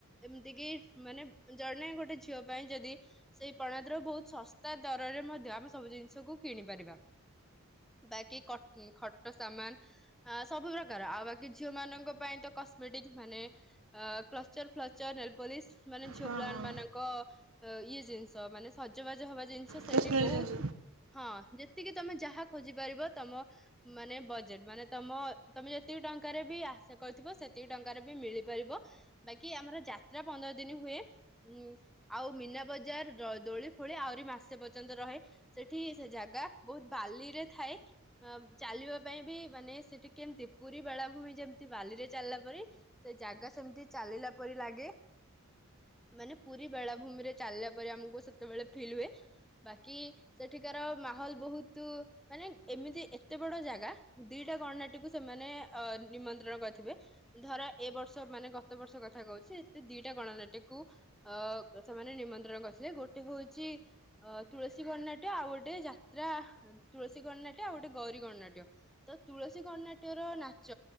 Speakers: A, in the centre; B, on the right.
A: ଏମିତି କିି ମାନେ ଜଣେ ଗୋଟେ ଝିଅ ପାଇଁ ଯଦି ସେଇ ପଣାତ୍ରା ରୁ ବହୁତ ଶସ୍ତା ଦରରେ ମଧ୍ୟ ଆମେ ସବୁ ଜିନିଷକୁ କିଣି ପାରିବା। ବାକି ଖ ଖଟ ସାମାନ ସବୁ ପ୍ରକାର ଆଉ ବାକି ଝିଅ ମାନଙ୍କ ପାଇଁ ତ କସ୍ମେଟିକ ମାନେ ଅ କ୍ଲଚର ଫ୍ଲଚର ନେଲପୋଲିସ୍ ମାନେ ଝିଅ
B: ହଁ
A: ପିଲାମାନଙ୍କ
B: ହଁ
A: ଇଏ ଜିନିଷ ମାନେ ସଜବାଜ ହବା ଜିନିଷ। ଆଛା
B: ଷ୍ଟେସନାରୀ
A: ସେଠି ବହୁତ
B: ଜିନିଷ
A: ହଁ। ଯେତିକି ତମେ ଯାହା ଖୋଜି ପାରିବ। ତମ ମାନେ ବଜେଟ ମାନେ ତମ ତମେ ଯେତିକି ଟଙ୍କାରେ ବି ଆଶା କରିଥିବ। ସେତିକି ଟଙ୍କାରେ ବି ମିଳିପାରିବ। ବାକି ଆମର ଯାତ୍ରା ପନ୍ଦର ଦିନ ହୁଏ। ଉଁ ଆଉ ମୀନା ବଜାର ଦୋଳି ଫୋଳି ଆହୁରି ମାସେ ପର୍ଯ୍ୟନ୍ତ ରହେ। ସେଠି ସେ ଜାଗା ବହୁତ ବାଲିରେ ଥାଏ ଅ ଚାଲିବା ପାଇଁ ବି ମାନେ ସେଠି କେମିତି ପୁରୀ ବେଳାଭୂମି ଯେମିତି ବାଲିରେ ଚାଲିଲା ପରେ ସେ ଜାଗା ସେମିତି ଚାଲିଲା ପରି ଲାଗେ ମାନେ ପୁରୀ ବେଳାଭୂମି ରେ ଚାଲିଲା ପରି। ଆମକୁ ସେତେବେଳେ ଫିଲ୍ ହୁଏ। ବାକି ସେଠିକାର ମାହୋଲ ବହୁତ ମାନେ ଏମିତି ଏତେ ବଡ ଜାଗା ଦିଟା ଗଣନାଟ୍ୟ କୁ ସେମାନେ ଅ ନିମନ୍ତ୍ରଣ କରିଥିବେ। ଧର ଏ ବର୍ଷ ତ ମାନେ ଗତ ବର୍ଷ କଥା କହୁଛି। ଦିଟା ଗଣନାଟ୍ୟ କୁ ଅ ସେମାନେ ନିମନ୍ତ୍ରଣ କରିଥିଲେ। ଗୋଟେ ହଉଛି ଅ ତୁଳସୀ ଗଣନାଟ୍ୟ ଆଉ ଗୋଟେ ଯାତ୍ରା ତୁଳସୀ ଗଣନାଟ୍ୟ। ଆଉ ଗୋଟେ ଗୌରୀ ଗଣନାଟ୍ୟ। ତ ତୁଳସୀ ଗଣନାଟ୍ୟ ର ନାଚ